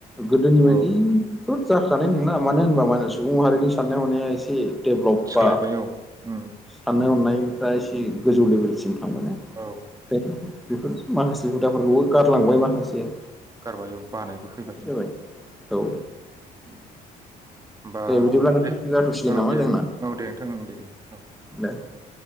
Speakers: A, in the centre; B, on the right.
A: गोदोनि बायदिथ'
B: औ
A: जाखानाय नङा मानो होनबा मा होनबा सुबुं माहारिनि साननाय हनाया एसे डेभलप
B: सोलायबाय
A: बा
B: औ उम
A: साननो हनाय दा एसे गोजौ
B: उम
A: लेभेलसिम थांबाय ना
B: औ
A: बेखाय बेफोर माखासे हुदाफोरखौबो गारलांबाय माखासे
B: गारबाय औ बानायबो फैबाय
A: जाबाय औ
B: उम होमबा
A: दे बिदिब्ला नोंथां
B: दे
A: जाथ'सिगोन
B: औ
A: नामा
B: दे
A: जोंना
B: औ दे नोंथां दे औ उम
A: दे